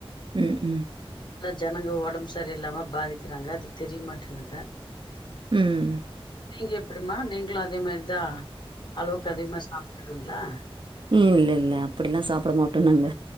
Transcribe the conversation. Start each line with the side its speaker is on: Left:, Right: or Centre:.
Right: ம் ம்
Left: ஜனங்க ஒடம் சரி இல்லாம பாதிக்கிறாங்க அது தெரியமாட்டேனுது
Right: ம்
Left: நீங்க எப்பிடிமா நீங்களு அதே மாரி தா அளவுக்கு அதிகமா சாப் துங்ளா
Right: இல்லெல்ல அப்பிடிலா சாப்புட மாட்டோ நாங்க